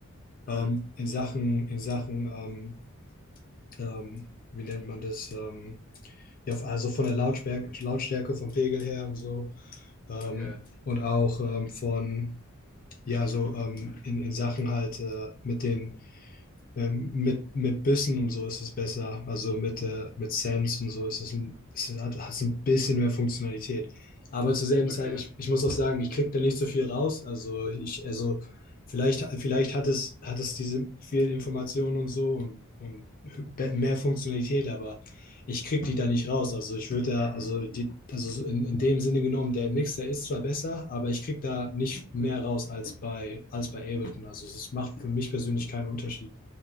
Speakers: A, in the centre; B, on the left.
A: Hm,
B: ähm, in Sachen, in Sachen ähm, ähm, wie nennt man das? Ähm, ja, also von der Lautstärke, Lautstärke, vom Pegel her und so. Ähm,
A: okay,
B: und auch ähm, von, ja, so ähm, in, in Sachen halt äh, mit den ähm, mit, mit Bissen und so ist es besser. Also mit, äh, mit Sense und so ist es ein, ist, hat es ein bisschen mehr Funktionalität. Aber zur selben
A: okay,
B: Zeit, ich, ich muss auch sagen, ich kriege da nicht so viel raus. Also ich, also vielleicht, vielleicht hat es, hat es diese vielen Informationen und so und, und be- mehr Funktionalität, aber ich kriege die da nicht raus. Also ich würde da, also die, also so in, in dem Sinne genommen, der Mixer ist zwar besser, aber ich kriege da nicht mehr raus als bei, als bei Ableton. Also es macht für mich persönlich keinen Unterschied.